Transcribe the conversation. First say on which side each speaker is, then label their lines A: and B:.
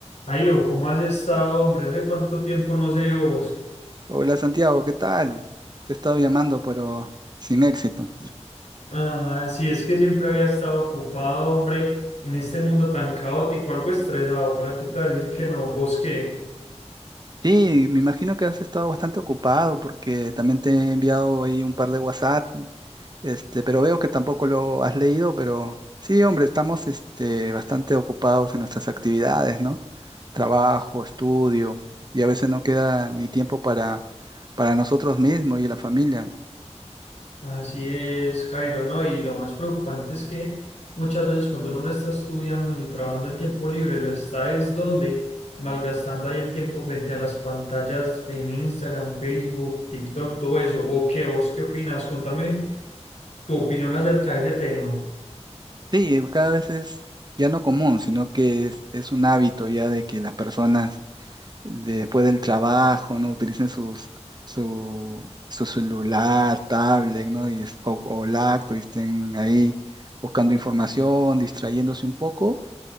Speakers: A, on the left; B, on the right.
A: Jairo, ¿cómo has estado, hombre? ¿Hace cuánto tiempo no sé de vos?
B: Hola Santiago, ¿qué tal? Te he estado llamando, pero sin éxito.
A: Ah, sí, es que siempre había estado ocupado, hombre, en este mundo tan caótico, algo estresado, ¿para qué te voy a decir que no? ¿Vos qué?
B: Sí, me imagino que has estado bastante ocupado porque también te he enviado ahí un par de WhatsApp, este, pero veo que tampoco lo has leído, pero sí, hombre, estamos este, bastante ocupados en nuestras actividades, ¿no? Trabajo, estudio, y a veces no queda ni tiempo para, para nosotros mismos y la familia.
A: Así es, Jairo, ¿no? Y lo más preocupante es que muchas veces cuando uno no está estudiando ni trabajando el tiempo libre, lo está es donde malgastando ahí el tiempo frente a las pantallas en Instagram, Facebook, TikTok, todo eso. ¿O qué? ¿Vos qué opinas? Contame tu opinión acerca de ese tema.
B: Sí, cada vez es ya no común, sino que es, es un hábito ya de que las personas de- después del trabajo, ¿no? Utilicen sus, su, su celular, tablet, ¿no? Y, es- o, o laptop y estén ahí buscando información, distrayéndose un poco.